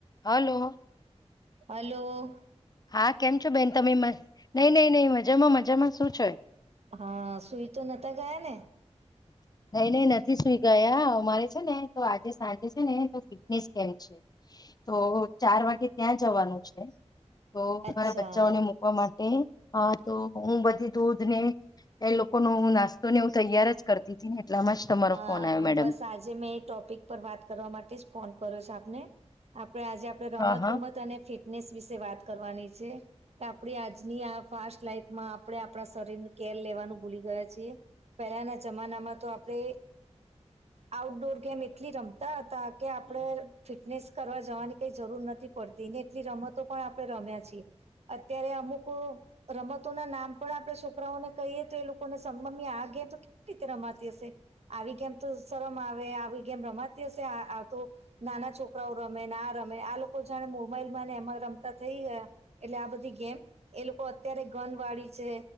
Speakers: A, on the left; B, on the right.
A: હાલો
B: hello
A: હા કેમ છો બેન તમે નહી નહી નહી મજામાં મજામાં શું છે
B: હા સુઈ તો નતા ગયા ને
A: નઈ નઈ નથી સુઈ ગયા અમારે છે ને તો આજે સાંજે છે ને તો ફિટનેસ કેમ છે. તો ચાર વાગે ત્યાં જવાનું છે.
B: <inaudible>
A: તો
B: અચ્છા
A: મારા બચ્ચાઓને મુકવા માટે હા તો હું બધી દૂધ ને એ લોકોનુ નાસ્તો ને હું તૈયાર જ કરતી હતી ને એટલામાં જ તમારો
B: અ
A: ફોન આવ્યો મેડમ
B: બસ આજે મેં એ ટોપિક પર વાત કરવા માટે જ ફોન કર્યો છે આપને. આપડે આજે આપડે રમત
A: હા હા
B: ગમત અને ફી ટનેસ વિશે વાત કરવાની છે કે આપણે આજની આ ફાસ્ટ લાઈફ માં આપણે આપણા શરીર કે ખેર લેવાનું ભૂલી ગયા છીએ પહેલાના જમાનામાં તો આપણે આઉટડોર ગેમ એટલી રમતા હતા કે આપણે ફિટનેસ કરવા જવાની કઈ જરૂર નથ થી પડતી ને એટલી રમતો પણ આપણે રમ્યા છીએ. અત્યારે અમુક રમતો ના નામ પણ આપણે છોકરાઓને કહીએ તો એ લોકોને સમ મમ્મી આ કે ત કેવી રમાતી હસેે. આવી ગેમ તો શરમ આવે આવી ગેમ રમાતી હશે આતો નાના છોકરાઓ રમે આ રમે આ લોકો જાણે મોબાઈલ ને એમાં રમતા થઈ ગયા એટલે આ બધી ગેમ એ લોકો અત્યારે ગન વાળી છે